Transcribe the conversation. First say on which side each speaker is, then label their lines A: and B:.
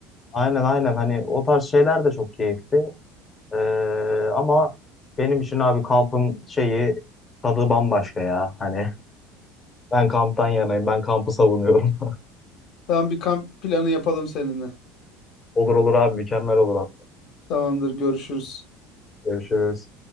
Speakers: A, on the left; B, on the left.
A: Aynen aynen hani o tarz şeyler de çok keyifli. Ee, ama benim için abi kampın şeyi tadı bambaşka ya. Hani ben kamptan yanayım. Ben kampı savunuyorum.
B: Tamam bir kamp planı yapalım seninle.
A: <laughs> Olur olur abi mükemmel olur hatta.
B: Tamamdır görüşürüz.
A: Görüşürüz.